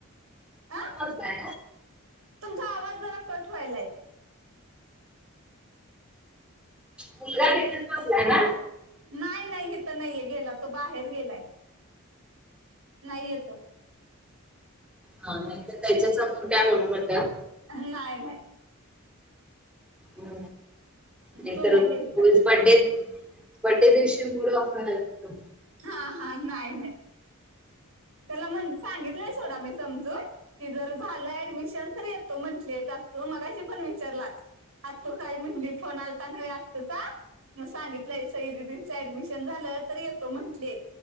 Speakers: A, on the right; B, in the centre.
A: अ..
B: होत ना
A: तुमचा आवाज जरा कट व्हायलाय.
B: मुलगा हहितच, ठिबला य ना.
A: नाही नाही इथं नाहीये, गेला तो, बाहेर गेलाय. नाहीये तो.
B: हा नाही तर त्याच्या समोर काय म्हणू नका.
A: नाही नाही.
B: हम् नाही
A: तो
B: तरकुच,
A: नाहीये इथं
B: बड्डे बड्डे दिवशी मुड ऑफ. होना,
A: हा हा नाहीय नाय. त्याला म्हण, सांगितलंय सोडा मी समजून. कि, जर झालं ऍडमिशन तर येतो म्हंटले, त्या तो मगाशी पण विचारलाच. आतू काय म्हणली, फोन आलता नव्हे आतुंचा. मग सांगितलंय सई ददीचं ऍडमिशन झालं, तर येतो म्हंटले.